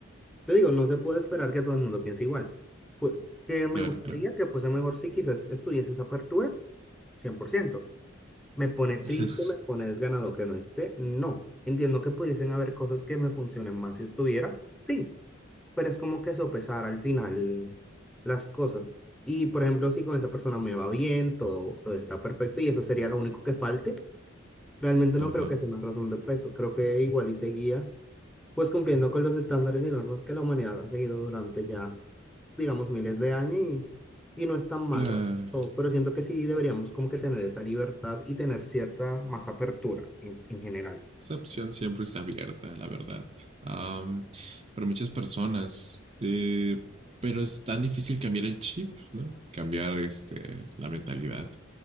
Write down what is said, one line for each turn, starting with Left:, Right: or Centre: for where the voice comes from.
Centre: te digo, no se puede esperar que todo el mundo piense igual. Fue- que me
Right: claro,
Centre: gustaría
Right: claro.
Centre: que fuese mejor si quizás estuviese esa apertura, 100% me pone triste,
Right: <laughs>
Centre: me pone desganado que no esté. No, entiendo que pudiesen haber cosas que me funcionen más si estuviera, sí, pero es como que sopesar al final las cosas. Y por ejemplo, si con esa persona me va bien, todo, todo está perfecto y eso sería lo único que falte, realmente
Right: Ajá.
Centre: no creo que sea una razón de peso, creo que igual y seguía pues cumpliendo con los estándares y normas que la humanidad ha seguido durante ya digamos, miles de años y, y no es tan malo,
Right: Claro.
Centre: ¿eh? O- pero siento que sí deberíamos como que tener esa libertad y tener cierta más apertura en, en general.
Right: Esa opción siempre está abierta, la verdad, am, para muchas personas. eh, pero es tan difícil cambiar el chip, ¿no? Cambiar este, la mentalidad